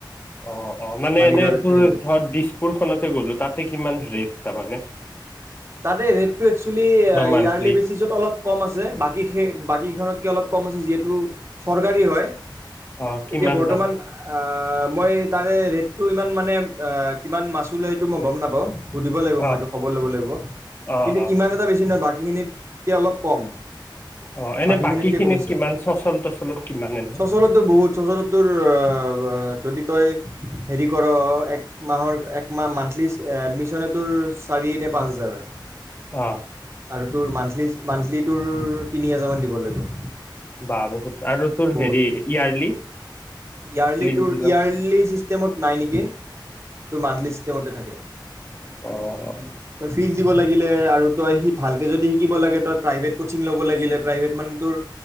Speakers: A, on the left (about 25°); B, on the right (about 35°).
A: অ অ মানে
B: মালিগাঁও
A: এনে তোৰ
B: ৰেলৱেত
A: ধৰ দিছপুৰখনতে গ'লো তাতে কিমান ৰেট তাপানে
B: তাতে ৰেটটো একচুৱেলি
A: মান্থলি
B: ইয়েৰলি বেচিছত অলপ কম আছে, বাকী সেই বাকী কেখনতকে অলপ কম আছে যিহেত তু চৰকাৰী হয়।
A: অ কিমান
B: এতিয়া বৰ্তমান
A: দাম
B: আ আহ, মই তাৰে ৰেটটো ইমান মানে এ কিমান মাছুল হয় সেইটো মই গ'ম নাপাওঁ। সুধিব লাগিব মই
A: অ
B: এইটো খবৰ ল'ব লাগিব।
A: অ
B: কিন্তু
A: অ
B: ইমান এটা বেছ কিন্তু বাকীখিনিতকে অলপ কম।
A: অ এনে
B: বাকীখিনিতকে
A: বাকী খিনিত
B: কমিছে।
A: কিমান চচল তচলত কিমান এনে
B: চচলততো বহুত, চচলত তোৰ অ যদি তই হেৰি কৰ এক মাহৰ একমাহ মান এটলিষ্ট, এডমিশ্যনে তোৰ চাৰি নে পাঁচ হাজাৰ।
A: অ
B: আৰু তোৰ মান্থলি, মান্থলি তোৰ তিনি হাজাৰ মান দিব লাগিব।
A: বা বহুত আৰু তোৰ
B: বহুত
A: হেৰি, ইয়াৰলি
B: ইয়াৰলি তোৰ,
A: যদি লওঁ
B: ইয়াৰলি চিষ্টেমত নাই নেকি? তোৰ মান্থলি চিষ্টেমতে থাকে।
A: অ--অ
B: তই ফিজ দিব লাগিলে আৰু তই সি ভালকৈ যদি শিকিব লাগে, তই প্ৰাইভেট ক'চিং ল'ব লাগিলে, প্ৰাইভেট মানে তোৰ